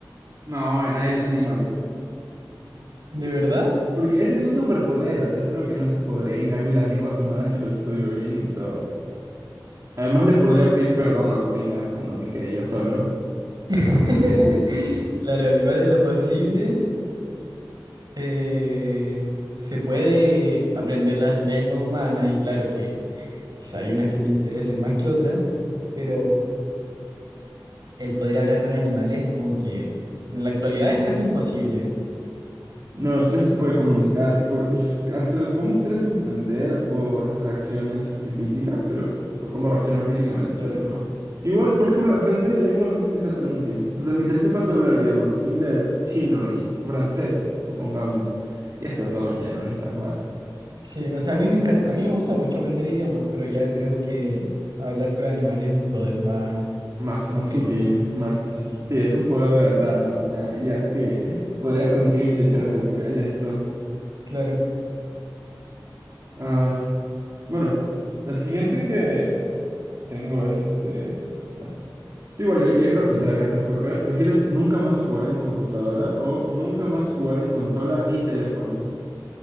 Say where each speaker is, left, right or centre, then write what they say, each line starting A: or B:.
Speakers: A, on the right; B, on the right.
A: No, la de los animales.
B: ¿De verdad?
A: Porque ese es un superpoder, o sea, es algo que no se podría. En cambio, las lenguas humanas sí lo estudio bien y todo. Además, le podría pedir perdón al gorila cuando me quede yo solo.
B: <laughs> Claro, igual es lo posible. eh, se puede aprender las lenguas humanas y claro que Quizá hay unas que te interesen más que otras, pero el poder hablar con animales como que en la actualidad es casi imposible.
A: No, si no se puede comunicar, tipo, <laughs> hasta lo que podemos hacer es entender por reacciones este, físicas, pero por cómo reaccionan físicamente,
B: Claro.
A: pero no. Igual, por ejemplo, aprender lenguas no creo que sea tan útil. O sea, mientras sepas hablar, digamos, inglés, chino y francés, supongamos, ya estás on, ya no necesitas más.
B: Sí, o sea, a mí me encan- a mí me gusta mucho aprender idiomas, pero ya creo que hablar con los animales es un poder más
A: Más,
B: increíble.
A: más útil, más...
B: Sí,
A: Sí, es un poder de verdad, no, una habilidad que podrías conseguir si le echaras al al esto.
B: claro.
A: Ah, bueno, la siguiente que tengo es este... bueno Tú Igual yo, yo creo que se la vas a escoger. ¿Prefieres nunca más jugar en computadora o nunca más jugar en consola y teléfono?